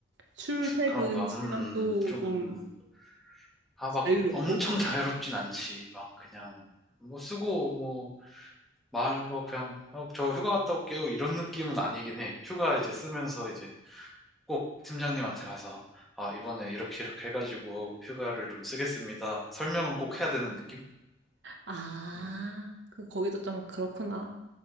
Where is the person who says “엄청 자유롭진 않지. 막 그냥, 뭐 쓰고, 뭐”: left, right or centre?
Centre